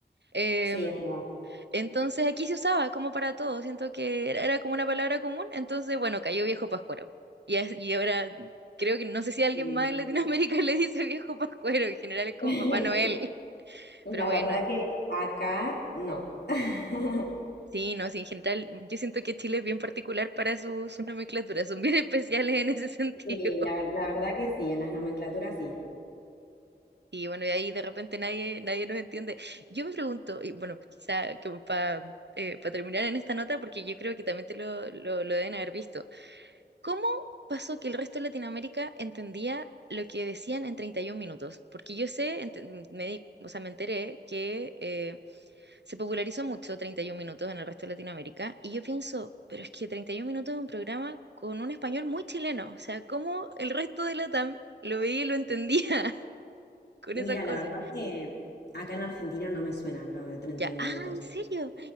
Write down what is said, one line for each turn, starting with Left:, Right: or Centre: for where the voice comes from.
Right: Em,
Left: Sí, es verdad.
Right: Entonces aquí se usaba como para todo, siento que era, era como una palabra común, entonces bueno, cayó viejo pascuero. Y, as- y ahora creo que no sé si alguien
Left: Sí.
Right: más en Latinoamérica <laughs> le dice viejo pascuero, en general es como
Left: <laughs>
Right: Papá Noel, pero
Left: La
Right: bueno,
Left: verdad que acá no. <laughs>
Right: sí, no, sí, en general yo siento que Chile es bien particular para sus sus nomenclaturas, son bien <laughs> especiales en ese sentido.
Left: Sí,
Right: <laughs>
Left: la, la verdad que sí, en las nomenclaturas sí.
Right: Y bueno, y ahí de repente nadie, nadie nos entiende. Yo me pregunto, y bueno, quizá como para terminar en esta nota, porque yo creo que también te lo, lo lo deben haber visto. ¿Cómo pasó que el resto de Latinoamérica entendía lo que decían en 31 minutos? Porque yo sé, ent- me di- o sea, me enteré que eh, se popularizó mucho 31 minutos en el resto de Latinoamérica y yo pienso, pero es que 31 minutos es un programa con un español muy chileno, o sea, ¿cómo el resto de Latam lo veía y lo entendía <laughs> con
Left: Mira,
Right: esas cosas?
Left: la verdad que acá en Argentina no me suena lo de 31
Right: Ya, ah,
Left: minutos.
Right: ¿en serio?